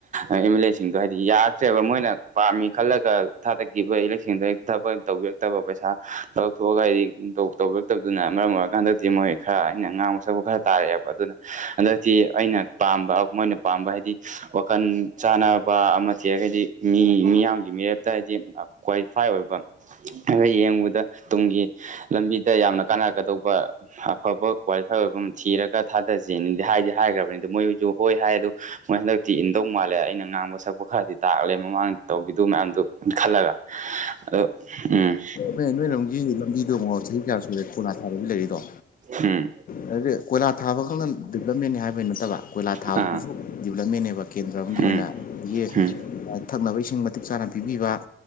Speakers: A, on the right (about 40°); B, on the left (about 45°).
A: ꯑꯦꯝ ꯑꯦꯜ ꯑꯦ ꯁꯤꯡꯗꯣ ꯍꯥꯏꯗꯤ ꯌꯥꯔꯛꯇ꯭ꯔꯦꯕ ꯃꯣꯏꯅ ꯄꯥꯝꯃꯤ ꯈꯜꯂꯒ ꯊꯥꯗꯒꯤꯕ <unintelligible> ꯊꯕꯛ ꯇꯧꯕꯤꯔꯛꯇꯕ ꯄꯩꯁꯥ <unintelligible> ꯊꯣꯛꯑꯒ ꯑꯩ ꯗꯣꯛ ꯇꯧꯕꯤꯔꯛꯇꯕꯗꯨꯅ ꯃꯔꯝ ꯑꯣꯏꯔꯀꯥꯟꯗꯗꯤ ꯃꯣꯏ ꯈꯔ ꯑꯩꯅ ꯉꯥꯡꯕ ꯁꯛꯄ ꯈꯔ ꯇꯥꯔꯛꯑꯦꯕ ꯑꯗꯨꯅ ꯍꯟꯗꯛꯇꯤ ꯑꯩꯅ ꯄꯥꯝꯕ ꯃꯣꯏꯅ ꯄꯥꯝꯕ ꯍꯥꯏꯗꯤ ꯋꯥꯈꯜ ꯆꯥꯟꯅꯕ ꯑꯃ ꯊꯤꯔꯒꯗꯤ ꯃꯤ ꯃꯤꯌꯥꯝꯒꯤ ꯃꯤꯔꯦꯞꯇ ꯍꯥꯏꯗꯤ ꯀ꯭ꯋꯥꯂꯤꯐꯥꯏ ꯑꯣꯏꯕ <unintelligible> ꯅ ꯌꯦꯡꯕꯗ ꯇꯨꯡꯒꯤ ꯂꯝꯕꯤꯗ ꯌꯥꯝꯅ ꯀꯥꯟꯅꯔꯛꯀꯗꯧꯕ ꯑꯐꯕ ꯀ꯭ꯋꯥꯂꯤꯐꯥꯏ ꯑꯣꯏꯕ ꯑꯃ ꯊꯤꯔꯒ ꯊꯥꯗꯖꯤꯅꯗꯤ ꯍꯥꯏꯗꯤ ꯍꯥꯏꯈ꯭ꯔꯕꯅꯤ ꯑꯗꯨ ꯃꯣꯏꯁꯨ ꯍꯣꯏ ꯍꯥꯏ ꯑꯗꯨ ꯃꯣꯏ ꯍꯟꯗꯛ ꯇꯤ ꯏꯟꯗꯧ ꯃꯥꯜꯂꯦ ꯑꯩꯅ ꯉꯥꯡꯕ ꯁꯛꯄ ꯈꯔꯗꯤ ꯇꯥꯛꯂꯦ ꯃꯃꯥꯡꯗ ꯇꯧꯈꯤꯗꯨ ꯃꯌꯥꯝꯗꯨ ꯈꯜꯂꯒ ꯑꯗꯨ ꯎꯝ
B: ꯍꯣꯏ ꯅꯣꯏꯔꯣꯝꯒꯤ ꯂꯝꯕꯤꯗꯣ ꯌꯦꯡꯎ ꯆꯍꯤ ꯀꯌꯥ ꯁꯨꯔꯦ ꯀꯣꯏꯂꯥ ꯊꯥꯗꯕꯤ ꯂꯩꯔꯤꯗꯣ
A: ꯎꯝ
B: <unintelligible> ꯀꯣꯏꯂꯥ ꯊꯥꯕꯈꯛꯅ ꯗꯤꯕ꯭ꯂꯞꯃꯦꯟꯅꯤ ꯍꯥꯏꯕꯩ ꯅꯠꯇꯕ ꯀꯣꯏꯂꯥ ꯊꯥꯕꯗꯨꯁꯨ
A: ꯑꯥ
B: ꯗꯤꯕ꯭ꯂꯞꯃꯦꯟꯅꯦꯕ ꯀꯦꯟꯗ꯭ꯔ ꯑꯝꯒꯤ ꯑꯣꯏꯅ
A: ꯎꯝ
B: ꯌꯦ
A: ꯎꯝ
B: ꯊꯛꯅꯕ ꯏꯁꯤꯡ ꯃꯇꯤꯛ ꯆꯥꯅ ꯄꯤꯕꯤꯕ